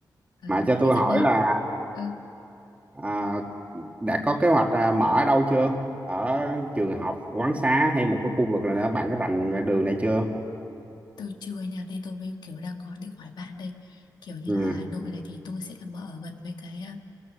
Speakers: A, on the left (about 85°); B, on the right (about 20°).
A: ờ,
B: mà cho
A: thế
B: tôi
A: dạo
B: hỏi
A: này
B: là
A: ừ.
B: à, đã có kế hoạch à, mở ở đâu chưa ở trường học quán xá hay một cái khu vực là bạn có rành đường này chưa
A: tôi chưa anh ạ, nên tôi mới kiểu đang hỏi định hỏi bạn đây kiểu như
B: ừ,
A: là ở Hà Nội này thì tôi sẽ là mở ở gần mấy cái à,